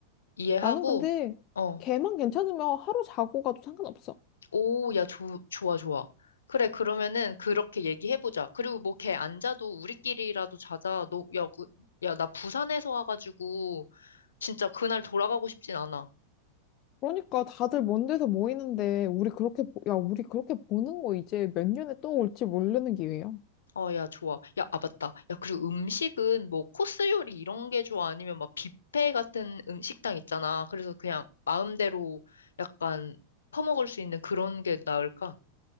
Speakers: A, on the left (about 70°); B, on the left (about 35°).
A: 이해하고,
B: 나는 근데
A: 어,
B: 걔만 괜찮으면 하루 자고 가도 상관없어.
A: 오, 야, 조, 좋아, 좋아. 그래, 그러면은 그렇게 얘기해보자. 그리고 뭐 걔 안 자도 우리끼리라도 자자. 너, 야, 그, 야, 나 부산에서 와가지고 진짜 그날 돌아가고 싶진 않아.
B: 그러니까 다들 먼 데서 모이는데, 우리 그렇게, 보- 야, 우리 그렇게 보는 거 이제 몇 년에 또 올지 모르는 기회야.
A: 어, 야, 좋아. 야, 아, 맞다. 야, 그리고 음식은 뭐 코스 요리 이런 게 좋아? 아니면 막 뷔페 같은 음식당 있잖아. 그래서 그냥 마음대로 약간 퍼먹을 수 있는 그런 게 나을까?